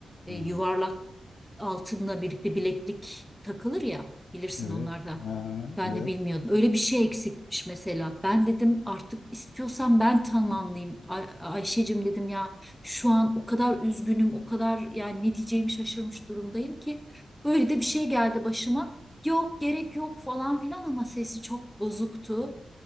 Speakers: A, in the centre; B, on the left.
A: e,
B: Ha,
A: yuvarlak altınla birlikte bileklik takılır ya bilirsin
B: evet.
A: onlarda.
B: Ha,
A: Ben
B: evet.
A: de bilmiyordum. Öyle bir şey eksikmiş mesela. Ben dedim artık istiyorsan ben tamamlayayım. Ay Ayşe'cim dedim ya şu an o kadar üzgünüm, o kadar yani ne diyeceğimi şaşırmış durumdayım ki. Böyle de bir şey geldi başıma. Yok gerek yok falan filan ama sesi çok bozuktu.